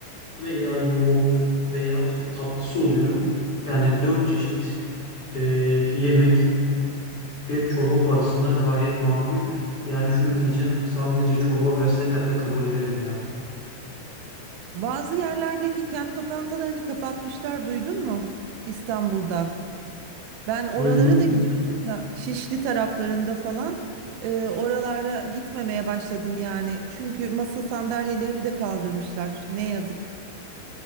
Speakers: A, on the left; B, on the right.
A: veya yoğurt veya işte tatlısı oluyor. Yani dört çeşit e, yemek. Bir çorba parasına gayet makul. Yani şunu diyeceğim. Sadece çorba verseler de kabul ederim ya.
B: Bazı yerlerdeki kent lokantalarını kapatmışlar, duydun mu? İstanbul'da. Ben oralara
A: Duydum
B: da gidiyordum da Şişli taraflarında falan e, oralara gitmemeye başladım yani. Çünkü masa sandalyeleri de kaldırmışlar. Ne yazık.